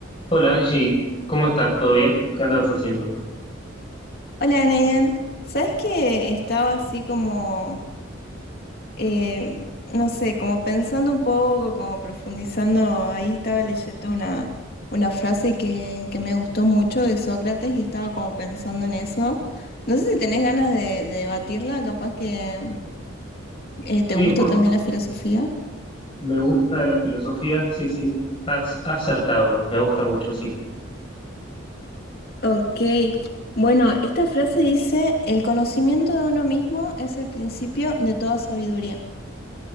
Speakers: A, on the left; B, on the left.
A: Hola Angie, ¿cómo estás? ¿Todo bien? ¿Qué andabas haciendo?
B: Hola, Nayan. ¿Sabes que estaba así como, eh, no sé, como pensando un poco, como profundizando? Ahí estaba leyendo una, una frase que, que me gustó mucho de Sócrates y estaba como pensando en eso. No sé si tenés ganas de, de debatirla, capaz que eh, te
A: Sí,
B: gusta
A: por
B: también
A: supuesto.
B: la filosofía.
A: Me gusta la filosofía, sí, sí. Has acertado, me gusta mucho, sí.
B: Ok, bueno, esta frase dice, el conocimiento de uno mismo es el principio de toda sabiduría.